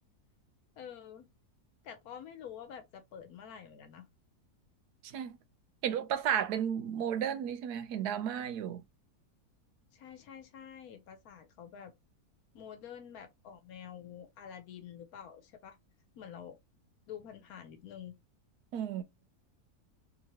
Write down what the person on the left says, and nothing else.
เออแต่ก็ไม่รู้ว่าแบบจะเปิดเมื่อไหร่เหมือนกันนะ
ใช่ใช่ใช่ปราสาทเขาแบบโมเดิร์นแบบออกแนวอลาดินหรือเปล่าใช่ปะเหมือนเราดูผ่านๆนิดนึง